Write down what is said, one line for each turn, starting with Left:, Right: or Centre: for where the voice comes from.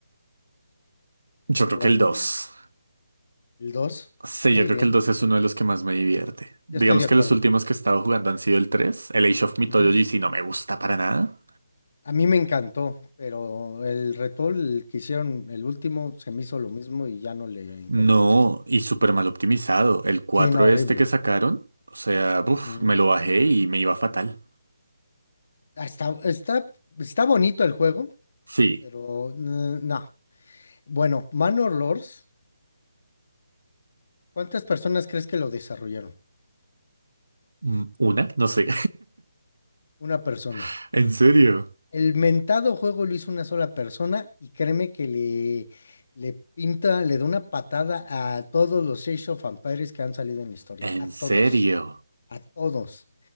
Right: Yo creo
Left: ¿Cuál?
Right: que el dos.
Left: ¿El dos.
Right: Sí,
Left: Muy
Right: yo creo
Left: bien.
Right: que el dos es uno de los que más me divierte. Digamos
Left: Yo estoy de acuerdo.
Right: que los últimos que he estado jugando han sido el tres, El Age of Mythology
Left: Ujú.
Right: sí no me gusta para nada.
Left: A mí me encantó, pero el retool que hicieron, el último, se me hizo lo mismo y ya no le encontré
Right: No,
Left: chiste.
Right: y súper mal optimizado. El cuatro
Left: Sí, no,
Right: este
Left: horrible.
Right: que sacaron, o sea,
Left: Ujú.
Right: uf, me lo bajé y me iba fatal.
Left: Ah, Está, está, está bonito el juego,
Right: Sí,
Left: pero mm, no. Bueno, Manor Lords, ¿cuántas personas crees que lo desarrollaron?
Right: mm, una, no sé.
Left: Una persona.
Right: <laughs> ¿En serio?
Left: El mentado juego lo hizo una sola persona y créeme que le, le pinta, le da una patada a todos los Age of Empires que han salido en la historia.
Right: ¿En
Left: A
Right: serio?
Left: todos, a todos.